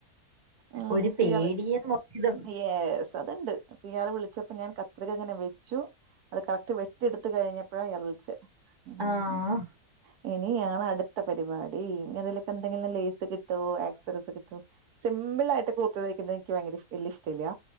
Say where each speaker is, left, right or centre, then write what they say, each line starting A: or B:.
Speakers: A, on the right (about 75°); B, on the right (about 15°).
A: ഉം
B: ഒരു പേടിയും
A: പിയാൾ
B: ഒരിതും
A: യെസ്. അത്ണ്ട് അപ്പൊ ഇയാള് വിളിച്ചപ്പോ ഞാൻ കത്രികങ്ങനെ വെച്ചു. അത് കറ്റ് വെട്ടിട്ത്ത് കഴിഞ്ഞപ്പോഴാ ഇയാൾ വിളിച്ചെ. ഉം.
B: ആഹ്‌.
A: ഇനിയാണ് അടുത്ത പരിപാടി. ഇനി ഇതിലെ എന്തെങ്കിലും ലൈസ് കിട്ടോ ആക്സറീസ് കിട്ടോ. സിമ്പിൾ ആയിട്ട് കുത്ത തയ്ക്കുന്നത് എനിക്ക് ഭയങ്കര വല്യിയ ഇഷ്ടല്യ..